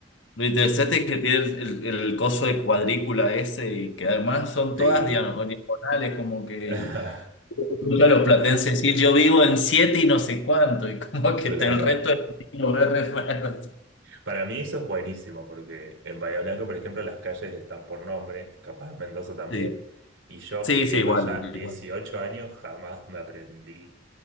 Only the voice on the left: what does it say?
lo interesante es que tiene el, el, el coso de cuadrícula ese y que además son
todas diago- diagonales, como que
yo- escucho a los platenses decir yo vivo en siete y no sé cuánto, y como que
te- el resto del mundo es re raro.
Sí,
sí,
sí, igual,
igual.